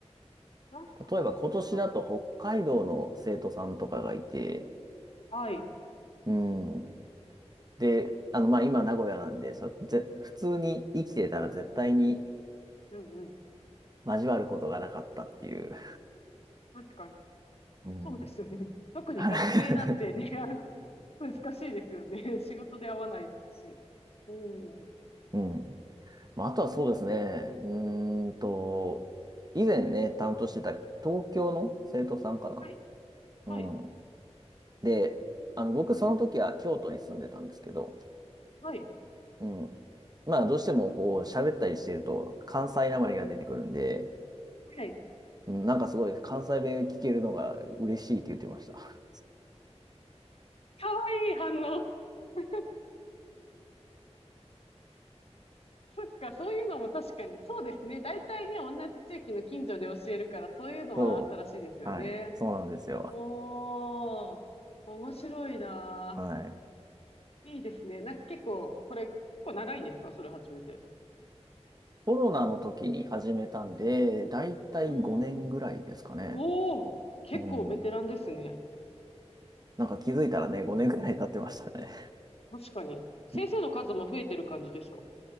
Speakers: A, on the left; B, on the right.
A: なん
B: 例えば今年だと北海道の生徒さんとかがいて、
A: か、はい。
B: うん。で、あの、まあ、今名古屋なんで、そ、ぜ、普通に生きてたら絶対に
A: うんうんうん。
B: 交わることがなかったっていう。
A: 確かに。
B: うん。
A: そうですよね。
B: <laughs>
A: 特に学生なんてね、
B: はい。
A: <laughs> 難しいですよね。仕事で会わないし。おー。
B: うん。まあ、あとはそうですね。
A: は
B: うーんと、以前ね、担当してた東京の生徒さんか
A: い。はい。
B: な。うん。で、あの、僕その時は京都に住んでたんですけど、
A: はい。
B: うん。まあ、どうしてもこう、喋ったりしてると、関西なまりが出てくるんで、
A: うんうん。はい。
B: うん、なんかすごい関西弁聞けるのが嬉しいって言ってました。
A: かわいい反応。<laughs> そっか、そういうのも確かに。そうですね。大体ね、同じ地域の近所で教えるから、そういうのは新しいですよね。
B: <laughs> そう。はい。そうなんですよ。
A: おー、面白いな
B: はい。
A: ー。いいですね。なんか結構、これ、結構長いんですかそれ初めて。
B: コロナの時に始めたんで、だいたい5年ぐらいですかね。
A: うーん。おー、結構ベテランですね。
B: うん。なんか気づいたらね、5年ぐらい経ってましたね。
A: 確かに。先生の数も増えてる感じですか
B: <laughs>